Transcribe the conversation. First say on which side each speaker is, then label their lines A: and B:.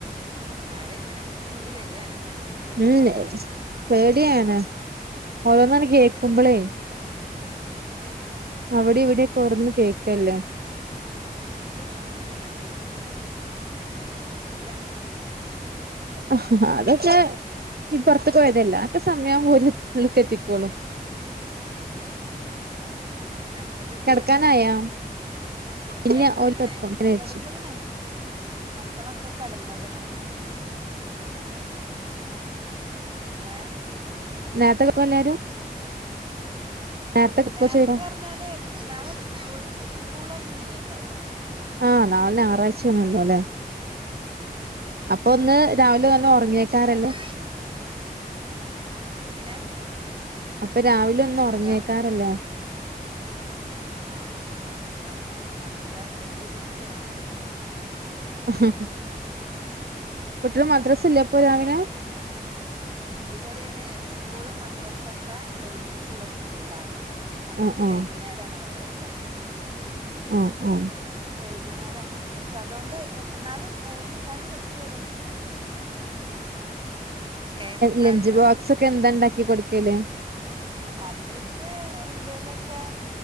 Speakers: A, on the right; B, on the right.
A: ഉം മഴ തുങ്ങനെ ഊകൂടി വരാണ് ഇഞ്ഞി എന്തൊക്കെ
B: ഉം പേടിയാണ്
A: പേടിയാണ്
B: ഓരോന്നാണ് കേക്കുമ്പളേ
A: ഇന്റെ ആ ആ ആ
B: അവിടെ ഇവിടൊക്കെ ഓരോന്ന് കേക്കല്ലേ
A: എന്റെ മോനാണെങ്കിൽ എത്തിട്ടില്ല
B: ആഹ് അതൊക്കെ ഈ പുറത്തു പോയതല്ലേ ഒക്കെ സമയം ആവുമ്പോ ഓല് ഉള്ള്ക്ക് എത്തിക്കോളും
A: ഉം പിന്നെ ഹസ്ബൻ്റ് എത്തിയോ
B: കിടക്കാനായാ ഇല്ല
A: കെടന്നിക്ക്ണേ
B: ഓലിപ്പത്തും അങ്ങനെ
A: കെടന്നിക്ക്ണേ
B: വെച്ചു
A: മക്കളൊക്കെ കടന്നുക്ക്ണ് ഏഹ് <inaudible>
B: നേരത്തൊർങ്ങൊ എല്ലാരും നേരത്തെ കെടക്കോ
A: നേരത്തെ
B: ചോയ്ക
A: ന്നാൽ നാളെ സ്കൂൾ സ്കൂളൊന്നുല്യല്ലോ
B: ആഹ് നാളെ ഞാറാഴ്ചേണല്ലൊലെ അപ്പോന്ന്
A: നാളെ
B: രാവിലെ നല്ല
A: സ്കൂളൊന്നുമില്ല
B: ഒർങ്ങേക്കാരല്ലെ
A: അത് എങ്ങനെ
B: അപ്പൊ രാവിലെന്ന് ഒർങ്ങേക്കാരല്ലെ
A: ഹലോ ആഹ് ആഹ് ആഹ് ആഹ് <inaudible> അത്രേ ധൃതി പിടിച്ചെണീക്കണ്ട
B: <inaudible>
A: ആഹ്
B: കുട്ടികള് മദ്രസ
A: ആഹ് സ്കൂള്ണ്ടെങ്കി
B: ഇല്ലേ അപ്പൊ രാവിലെ
A: പിന്നെ ഇവരയ്ന് സ്കൂളും മദ്രാസൊക്കെ ഒരുമിച്ച്ള്ള സ്കൂളാണ് അവര്ക്ക്
B: ആഹ് ആഹ്
A: വൈകുന്നേരാണ് മദ്രസ
B: ആഹ് ആഹ്
A: വൈകുന്നേരാണ് മദ്രസ അതോണ്ട് എന്നാലും ഏഴേമുക്കാലിന്ന് ബസ്സ് വരും ഏഴേ മുക്കാലിന്
B: ലഞ്ച്ബോക്സ്ക്കെന്താണ്ടാക്കി കൊട്ക്കല്
A: അത്ക്ക് എന്തേലൊക്കെ